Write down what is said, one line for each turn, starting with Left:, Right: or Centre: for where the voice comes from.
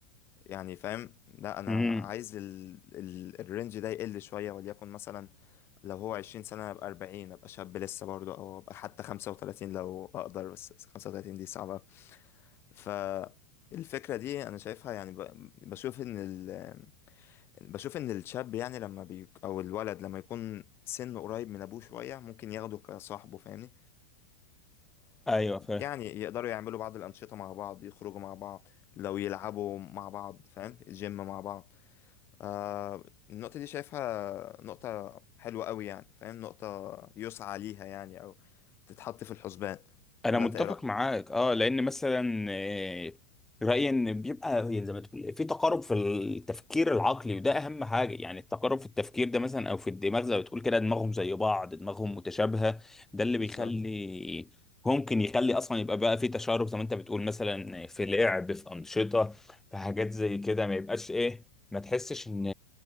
Left: يعني فاهم لا انا
Centre: امم
Left: عايز ال... ال... الرينج ده يقل شويه وليكن مثلا لو هو 20 سنه ابقى 40 ابقى شاب لسه برضه او ابقى حتى 35 لو اقدر بس 35 دي صعبه فالفكره دي انا شايفها يعني ب... بشوف ان ال... بشوف ان الشاب يعني لما بي... او الولد لما يكون سنه قريب من ابوه شويه ممكن ياخده كصاحبه فاهمني
Centre: ايوه فاهم
Left: يعني يقدروا يعملوا بعض الانشطه مع بعض يخرجوا مع بعض لو يلعبوا مع بعض فاهم جيم مع بعض آه النقطة دي شايفها نقطة حلوة قوي يعني فاهم نقطة يسعى ليها يعني أو تتحط في الحسبان
Centre: انا
Left: ولا
Centre: متفق
Left: أنت إيه رأيك؟
Centre: معاك اه لان مثلا آه، رايي ان بيبقى هي زي ما تقول في تقارب في التفكير العقلي وده اهم حاجه يعني التقارب في التفكير ده مثلا او في الدماغ زي ما بتقول كده دماغهم زي بعض دماغهم متشابهه ده اللي بيخلي
Left: بالظبط
Centre: ممكن يخلي اصلا يبقى بقى في تشارب زي ما انت بتقول مثلا في لعب في انشطه في حاجات زي كده ما يبقاش ايه ما تحسش ان